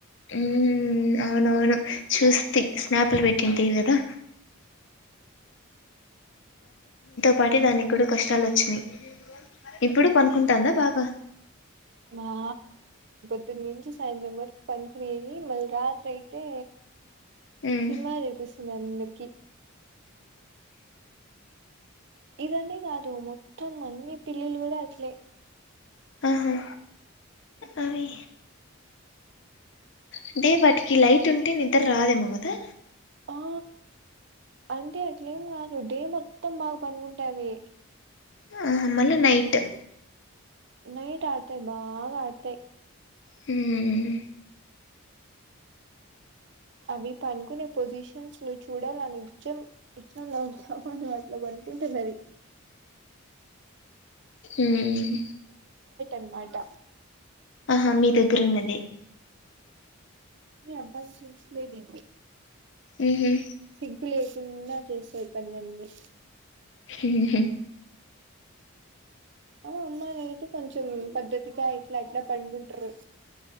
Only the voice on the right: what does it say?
మా <unintelligible> టి నుంచి సాయంత్రం వరకు పనికి పోయి మళ్ళీ రాత్రి అయితే
సినిమా చూపిస్తుంది ఆ అమ్మి కి ఇదన్న కాదు మొత్తం అన్ని పిల్లిలు కూడా అట్లే
ఆ అంటే అట్లా ఏం ఈ డే మొత్తం బాగా పనుకుంటాది
నైట్ ఆడతాయి బాగా ఆడతాయి
అవి పనుకునే పొజిషన్స్ ను చూడాల నిజం ఎట్లా లావుతాము అని అట్లో పనుకుంటున్నది
అన్మాట
అబ్బాయి చేయించలేదది
సిగ్గు లేకుండా చేస్తాయి పనులన్నీ
అ అమ్మా అయితే కొంచెం పద్ధతిగా ఇట్లా అట్లా పంకుంటారు